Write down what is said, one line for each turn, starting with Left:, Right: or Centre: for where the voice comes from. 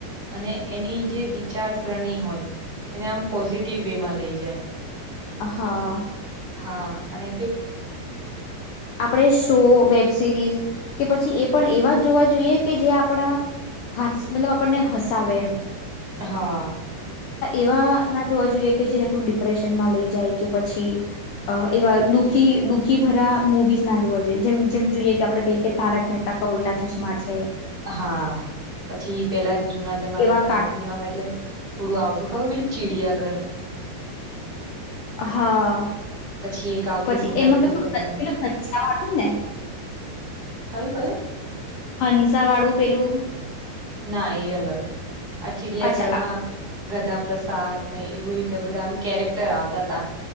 Right: અને એની જે વિચારસરણી હોય એને આમ પોઝિટિવ વે માં લઈ જાય
Left: હા
Right: હા અને કે
Left: આપણેે શો વેબ સિરીઝ કે પછી એ પણ એવા જોવા જોઈએ કે જે આપડા હ મતલબ આપણને હસાવે એમ
Right: હા
Left: એવા જોવા જોઈએ કે ડિપ્રેશનમાં લઈ જાય કે પછી એવા દુઃખી દુખી આખી ભરા મુવીઝ ના જોવા જોઈએ જેમ જેમ જોઈએ કે આપણે કહીએ કે તારક મહેતા ક ઉલ્ટા ચશ્મા છે
Right: હા પછી પેલા જૂના જમાના
Left: એવા કાર્ટૂન
Right: જૂનામાં એટલે થોડું આવતું ખબર પેલુ ચીડિયાઘર
Left: હા
Right: પછી એક આવતું
Left: પછી
Right: ગુટરગુ
Left: એમાં પલું
Right: કરીને
Left: પેલું કચરા વાળું જ ને
Right: કયું કયું
Left: હંસા વાળું પેલું
Right: ના એ અલગ આ ચિડિયા
Left: અચ્છા
Right: ઘરમાં ગધા પ્રસાદ ને એવું રીતે બધા એમ કેરેક્ટર આવતા હતા